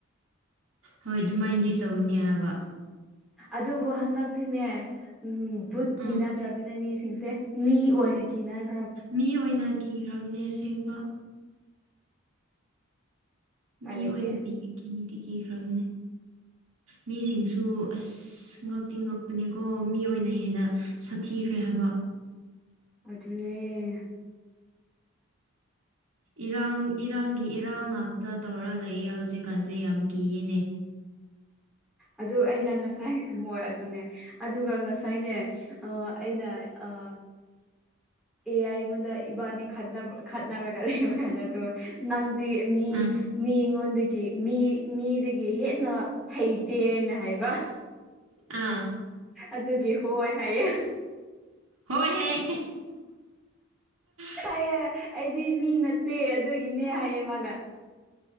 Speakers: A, on the right (about 80°); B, in the centre.
A: ꯍꯣꯏ ꯑꯗꯨꯃꯥꯏꯅꯗꯤ ꯇꯧꯅꯤ ꯍꯥꯏꯕ
B: ꯑꯗꯨꯕꯨ ꯍꯟꯗꯛꯇꯤꯅꯦ ꯕꯨꯠ
A: ꯎꯝ
B: ꯀꯤ ꯅꯗ꯭ꯔꯕꯅꯦ ꯃꯤꯁꯤꯡꯁꯦ ꯃꯤ ꯑꯣꯏꯅ ꯀꯤꯅꯔ
A: ꯃꯤ ꯑꯣꯏꯅ ꯀꯤꯈ꯭ꯔꯕꯅꯦ ꯑꯁꯦꯡꯕ
B: ꯎꯄꯥꯏ
A: ꯃꯤ
B: ꯂꯩꯇꯦ
A: ꯑꯣꯏꯅ ꯄꯤ ꯀꯤꯄꯤꯗꯤ ꯀꯤꯈ꯭ꯔꯕꯅꯤ ꯃꯤꯁꯤꯡꯁꯨ ꯑꯁ ꯉꯛꯇꯤ ꯉꯛꯄꯅꯦꯀꯣ ꯃꯤ ꯑꯣꯏꯅ ꯍꯦꯟꯅ ꯁꯥꯊꯤꯈ꯭ꯔꯦ ꯍꯥꯏꯕ
B: ꯑꯗꯨꯅꯦ
A: ꯏꯔꯥꯡ ꯏꯔꯥꯡꯒꯤ ꯏꯔꯥꯡ ꯉꯥꯛꯇ ꯇꯧꯔ ꯂꯩꯌꯑꯦ ꯍꯧꯖꯤꯛꯀꯥꯟꯁꯦ ꯌꯥꯝ ꯀꯤꯌꯦꯅꯦ
B: ꯑꯗꯨ ꯑꯩꯅ ꯉꯁꯥꯏ ꯍꯣꯏ ꯑꯗꯨꯅꯦ ꯑꯗꯨꯒ ꯉꯁꯥꯏꯅꯦ ꯑ ꯑꯩꯅ ꯑ ꯑꯦ ꯑꯩꯉꯣꯟꯗ ꯏꯕꯥꯟꯅꯤ ꯈꯠ ꯈꯠꯅꯔꯒ ꯂꯩꯕ ꯀꯥꯟꯗꯠꯇꯣ ꯅꯪꯗꯤ ꯃꯤ
A: ꯑꯥ
B: ꯃꯤ ꯑꯩꯉꯣꯟꯗꯒꯤ ꯃꯤ ꯃꯤꯗꯒꯤ ꯍꯦꯟꯅ ꯍꯩꯇꯦ ꯍꯥꯏꯅ ꯍꯥꯏꯕ
A: ꯑꯥ
B: ꯑꯗꯨꯒꯤ ꯍꯣꯏ ꯍꯥꯏꯌꯦ
A: ꯍꯣꯏ ꯍꯦ <unintelligible>
B: ꯑꯌꯥ ꯑꯩꯗꯤ ꯃꯤ ꯅꯠꯇꯦ ꯑꯗꯨꯒꯤꯅꯦ ꯍꯥꯏꯌꯦ ꯃꯥꯅ